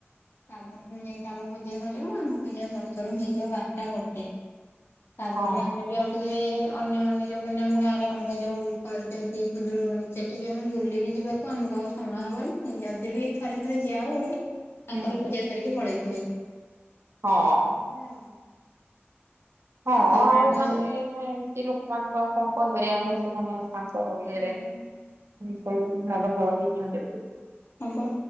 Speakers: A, on the left (about 65°); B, on the right (about 75°).
A: ତାପରେ ଏମିତି ଆମ ପୂଜା ସରିବ ଆମ ପୂଜା ସରୁ ସର୍ ସରୁ ହେଇଯିବ ବାରଟା ଗୋଟେ ତାପରେ
B: ହଁ
A: ଆମେ ବି ଆଉ ଟିକେ ଅନ୍ୟମାନେ ଯୋଉମାନେ ଆମ ଗାଁ ରେ ଅଲଗା ଯୋଉ କରିଛନ୍ତି ଖୁଦୁରୁକୁୁଣୀ ସେଠିକି ଆମେ ବୁଲି ବିି ଯିବା ଆମକୁ ଆଉ ସମୟ ହବନି ଯଦି ବି ଥରେ ଥରେ ଯାଉ ତାଙ୍କର
B: ହୁଁ
A: ପୂଜା ସାରିକି ପଳେଇଥିବେ
B: ହଁ।
A: ଏମିତି ହୁଏ।
B: ହଁ
A: ତମ
B: ଆଉ
A: ଆଡେ
B: ମାନେ ଏମିତି ଲୋକମାନଙ୍କୁ ଆଉ କଣ କହପାରିବା ଆମେ ସେମାନେ ତାଙ୍କ ଇଏରେ
A: ହୁଁ।
B: ସବୁ ମଲ ଘର ବି କେମତି ହ
A: ହବା